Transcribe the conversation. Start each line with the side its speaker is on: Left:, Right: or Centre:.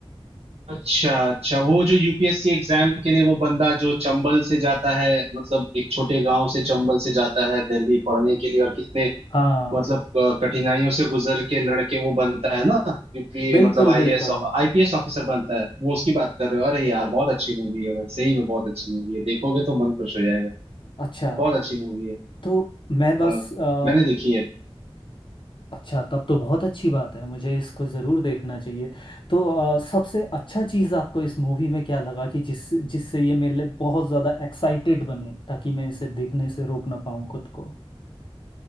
Right: अच्छा अच्छा वो जो यूपीएससी एग्जाम के लिए वो बंदा जो चंबल से जाता है मतलब एक छोटे गांव से चंबल से जाता है दिल्ली पढ़ने के लिए और कितने
Left: हाँ
Right: मतलब अ, कठिनाइयों से गुजर के लड़के वो बनता है ना यूपी
Left: बिल्कुल
Right: मतलब आईएएस
Left: बिल्कुल
Right: आईपीएस ऑफिसर बनता है वो उसकी बात कर रहे हो अरे यार बहुत अच्छी मूवी है भाई सही में बहुत अच्छी मूवी है देखोगे तो मन खुश हो जाएगा
Left: अच्छा
Right: बहुत अच्छी मूवी है
Left: तो मैं बस
Right: हाँ
Left: अ,
Right: मैंने देखी है
Left: अच्छा तब तो बहुत अच्छी बात है मुझे इसको ज़रूर देखना चाहिए तो अ, सबसे अच्छा चीज़ आपको इस मूवी में क्या लगा कि जिस जिससे ये मेरे लिए बहुत ज़्यादा एक्साइटेड बने ताकि मैं इसे देखने से रोक ना पाऊँ खुद को